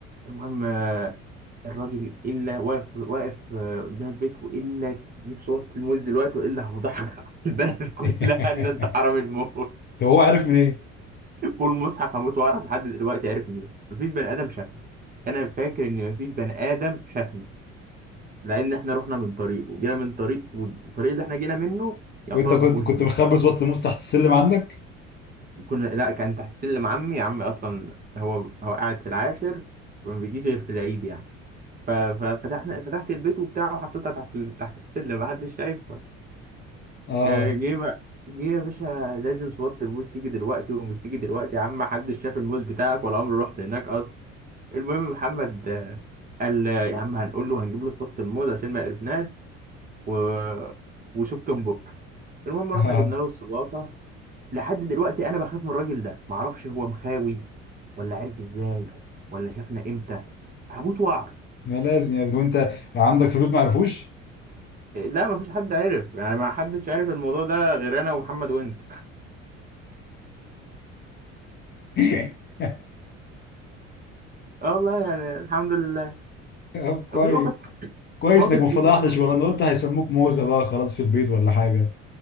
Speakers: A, on the right; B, on the left.
A: المهم آه، الراجل الا واقف واقف آه، قدام البيت والا يجيب صوت الموز دلوقتي والا هفضحك <laughs> البلد كلها
B: <laughs>
A: ان انت حرامي الموت
B: طب هو عارف من ايه
A: والمصحف هموت واعرف لحد دلوقتي عرف مين مفيش بني ادم شافنا انا فاكر ان مفيش بني ادم شافنا لان احنا رحنا من طريق وجينا من طريق والطريق اللي احنا جينا منه يعتبر
B: وانت كنت
A: ما فيهوش
B: كنت مخبز بطل موس تحت السلم عندك
A: كنا لا كان تحت سلم عمي عمي اصلا هو هو قاعد في العاشر ما بيجيش غير في العيد يعني ف- ففتحنا فتحت البيت وبتاع وحطيتها تحت ال- تحت السلم محدش شايفها
B: اه
A: آه، جه بقى جه يا باشا لازم صوت الموز تيجي دلوقتي ومش تيجي دلوقتي يا عم محدش شاف الموز بتاعك ولا عمري رحت هناك اصلا المهم محمد آه، قال آه، يا عم هنقول له هنجيب له صوت الموز عشان ما قرفناش و... وشوف كم بكره المهم
B: <laughs>
A: رحنا
B: اه
A: جبنا له الصباطه لحد دلوقتي انا بخاف من الراجل ده معرفش هو مخاوي ولا عرف ازاي ولا شافنا امتى هموت وعر
B: ما لازم يا ابني وانت عندك في البيت ما عرفوش
A: لا مفيش حد عرف يعني ما حدش عرف الموضوع ده غير انا ومحمد وانت
B: <laughs>
A: اه والله يعني الحمد لله
B: طب كويس
A: وفي مواقف
B: كويس
A: مواقف
B: انك ما
A: كتير
B: فضحتش
A: بقى.
B: ولا انا قلت هيسموك موزه بقى خلاص في البيت ولا حاجه